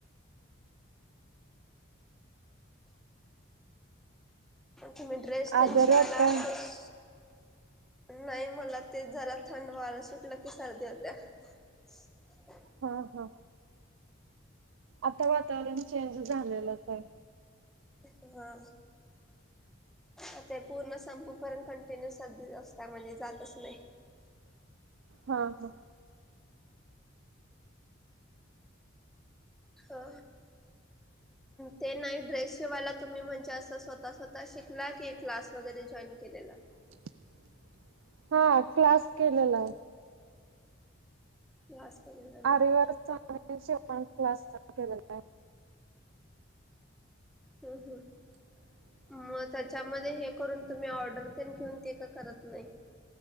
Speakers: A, in the centre; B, on the right (about 75°).
A: तुम्ही ड्रेस
B: आजारी
A: ततेन आज शिवायला
B: आहात काय
A: खुश नाही मला ते जरा थंड वार सुटलं की सर्दी होत्या ह
B: हा हा आता वातावरण चेंज झालेलं स
A: हा आता पूर्ण संपू पर्ण कंटिन्यू सध असत म्हणजे जातच नाही
B: हा हा
A: हा ते नाही ड्रेस शिवायला तुम्ही म्हणजे असं स्वतः स्वतः शिकला कि क्लास वगैरेे केलेला
B: <unintelligible> हा क्लास केलेला आहे
A: क्लास केलेला ना
B: आरी वर्क चा आणि शिवणक्लास चा केलेला आहे
A: हम हम
B: ह
A: मग त्याच्यामध्ये हे करून तुम्ही ऑर्डर ते घेऊन ते का करत नाही